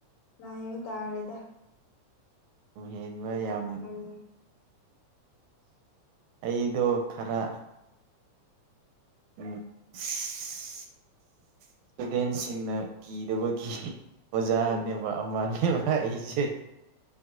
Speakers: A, on the left; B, on the right.
A: ꯅꯥꯍꯥꯟꯅ ꯇꯥꯔꯦꯗ
B: ꯂꯝ ꯍꯦꯟꯕ
A: ꯑꯗꯨꯗ
B: ꯌꯥꯝ
A: ꯑꯩꯈꯣꯏꯅ
B: ꯑꯩꯗꯣ ꯈꯔ ꯎꯨꯝ ꯁꯤ ꯏꯁꯇꯨꯗꯦꯟꯁꯤꯡꯅ ꯀꯤꯗꯕꯒꯤ ꯑꯣꯖꯥꯅꯦꯕ
A: ꯎꯝ
B: ꯑꯃꯅꯦꯕ ꯑꯩꯁꯤ ꯍꯦ